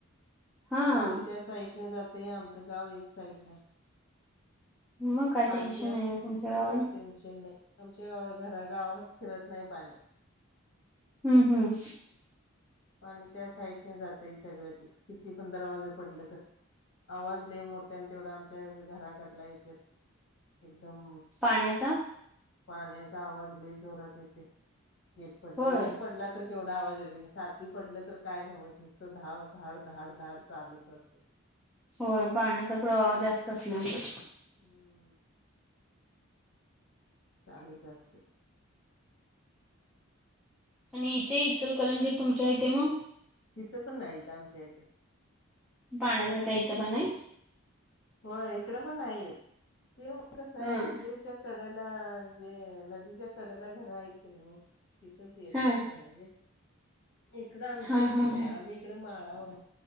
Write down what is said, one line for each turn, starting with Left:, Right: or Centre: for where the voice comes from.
Centre: हां.
Left: पाणी त्या साईड न जाते आमचं गाव एक साईडला
Centre: मग काय
Left: पाणी
Centre: टेन्शन नाही आहे तुमच्या गावाला
Left: टेन्शन नाही आमच्या गा घर गावात शिरत नाही पाणी
Centre: हम्म हम्म
Left: आणि त्या साईडने जातय सगळ ते किती पण दरवाजे पडले तर आवाज लय मोठ्या, आणि तेवढा आमच्या घराकडला येत, एकदम
Centre: पाण्याचा
Left: पाण्याचा आवाज लई जोरात येते, गेट पडले
Centre: होय.
Left: एक पडला तर केवढा आवाज येते सााती पडल्या काय नव्हस नसत धाड धाड धाड धाड चालूच असते
Centre: होय पाण्याचा प्रवाह जास्त असल्यामुळे
Left: हम्म चालूच असते
Centre: आणि इथे इचलकरणची तुमच्या इथे मग
Left: तिथं पण नाहीत आमच्या इथं
Centre: पाडयचं काही इथं पण नाही
Left: होय, इकडं पण नाहीेत, ते कसं आहे
Centre: हम्म.
Left: मंदिराच्या कडेला जे नदीच्या कड्याला घर आहेत की नाही, तिथंच येते
Centre: हा
Left: इकडे आमच्या आमच्या
Centre: हा
Left: आईकडे
Centre: हा
Left: नाही
Centre: हा
Left: आम्ही इकडे माळावर